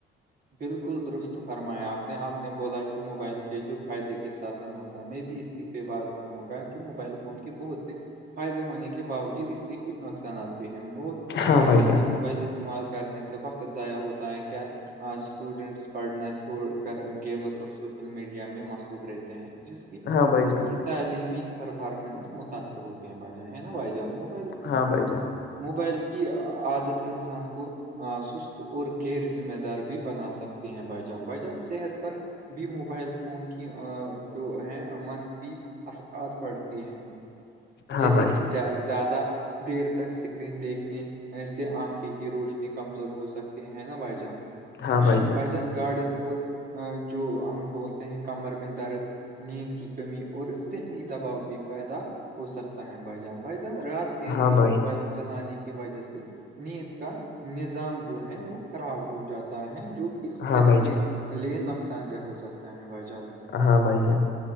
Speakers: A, on the right (about 50°); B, on the left (about 65°).
A: بالکل درست فرمایا آپ نے آپ نے بولا کہ موبائل کے جوگ فائدے کے سات ساتھ نقصان میں بھی اسی پہ بات کروں گا کہ موبائل فون کی بہت سے فائدے ہونے کے باوجود اس کے کچھ نقصانات بھی ہیں بہت
B: ہاں بھائی
A: زیادہ
B: جان
A: موبائل استعمال کرنے سے وقت ضائع ہوتا ہے کیا اسٹوڈنٹس پڑھنا چھوڑ کر گیمز اور سوشل میڈیا میں مصروف رہتے ہیں جس کی
B: ہاں بھائی
A: ان
B: جان
A: کی تعلیمی پرفارمنس متاثر ہوتے ہیں بھائی جان ہے نا بھائی جان وہ بالک
B: ہاں بھائی
A: <unintelligible>
B: جان
A: موبائل کی عادت انسان کو سست اور غیر ذمہ دار بھی بنا سکتے ہیں بائیجان بائیجان صحت پر <unintelligible> بھی موبائل فون کی جو ہے منفی اثرات پڑتی ہیں
B: ہاں
A: جیسے
B: بھائی
A: کہ زیادہ دیر تک اسکرین دیکھنے اس سے آنکھیں کی روشنی کمزور ہو سکتی ہے نا بھائی جان
B: ہاں بھائی جان
A: بھجن گارڈن اور جو ہم بولتے ہیں کمر میں درد <unintelligible> نیند کی کمی اور ذہنی دباؤ بھی پیدا ہو سکتا ہے بھائی جان بھائی جان رات دیر
B: ہاں
A: تک
B: بھائی
A: موبائل چلانے کی وجہ سے نیند کا نظام جو ہے وہ خراب ہو جاتا ہے جو کہ صحت
B: ہاں بھائی
A: کے
B: جان
A: لیے نقصان دہ ہو سکتا ہے بھائی جان
B: ہاں بھائی جان